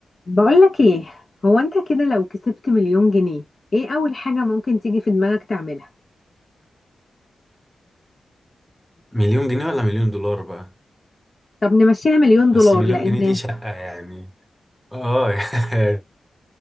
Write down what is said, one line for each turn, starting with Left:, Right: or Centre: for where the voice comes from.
Left: بقولك ايه هو انت كده لو كسبت مليون جنيه ايه اول حاجة ممكن تيجي في دماغك تعملها
Centre: مليون جنيه ولا مليون دولار بقى
Left: طب نمشيها مليون دولار
Centre: بس مليون
Left: لان
Centre: جنيه دي شقة يعني اه <laughs> يعني